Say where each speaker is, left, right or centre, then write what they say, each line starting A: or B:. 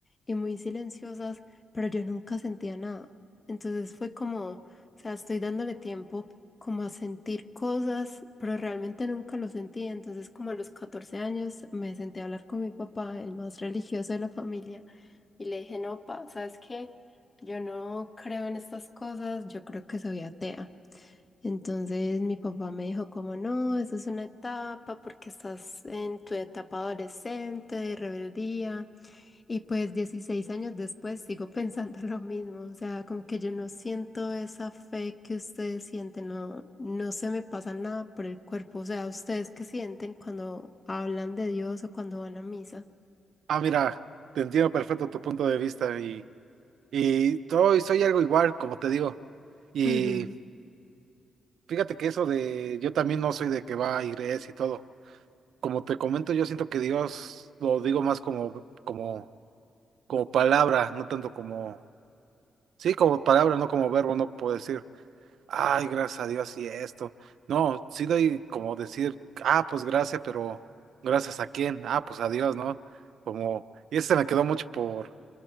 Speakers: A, on the left; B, on the right.
A: y muy silenciosas, pero yo nunca sentía nada. Entonces fue como, o sea, estoy dándole tiempo como a sentir cosas, pero realmente nunca lo sentía. Entonces como a los 14 años me senté a hablar con mi papá, el más religioso de la familia, y le dije, no, pa, ¿sabes qué? Yo no creo en estas cosas, yo creo que soy atea. Entonces mi papá me dijo como no, eso es una etapa porque estás en tu etapa adolescente de rebeldía. Y pues 16 años después sigo pensando <laughs> lo mismo, o sea, como que yo no siento esa fe que ustedes sienten, no, no se me pasa nada por el cuerpo, o sea, ustedes qué sienten cuando hablan de Dios o cuando van a misa.
B: Ah, mira, te entiendo perfecto tu punto de vista y, y soy, soy algo igual, como te digo. Y
A: Ujú,
B: Fíjate que eso de yo también no soy de que va a iglesia y todo. Como te comento, yo siento que Dios lo digo más como como como palabra, no tanto como sí, como palabra, no como verbo, no puedo decir, ay, gracias a Dios y esto. No, sí doy como decir, ah, pues gracias, pero gracias a quién? Ah, pues a Dios, ¿no? Como y ese me quedó mucho por